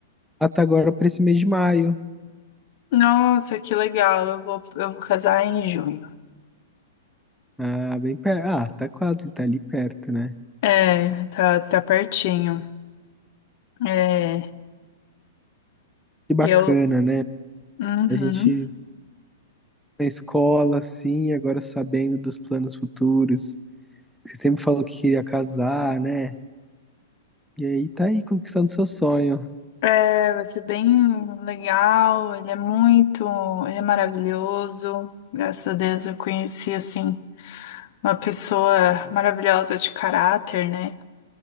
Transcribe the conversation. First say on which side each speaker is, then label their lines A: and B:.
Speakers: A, in the centre; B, on the left.
A: tá agora para esse mês de maio.
B: Nossa, que legal. Eu vou, eu vou casar em junho.
A: Ah, bem perto. Ah, tá quase, tá ali perto, né?
B: É, tá, tá pertinho. É,
A: Que bacana,
B: eu.
A: né?
B: Uhum.
A: A gente na escola, assim, agora sabendo dos planos futuros. Você sempre falou que queria casar, né? E aí tá aí conquistando seu sonho,
B: É, vai ser bem legal. Ele é muito. Ele é maravilhoso. Graças a Deus eu conheci, assim, uma pessoa maravilhosa de caráter, né?